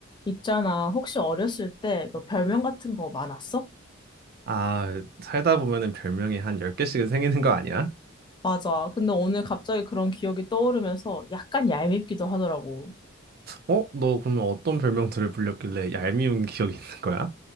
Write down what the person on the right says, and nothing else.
아, 살다 보면은 별명이 한 10개씩은 생기는 거 아니야?
어? 너 그러면 어떤 별명들을 불렸길래 얄미운 기억이 있는 거야?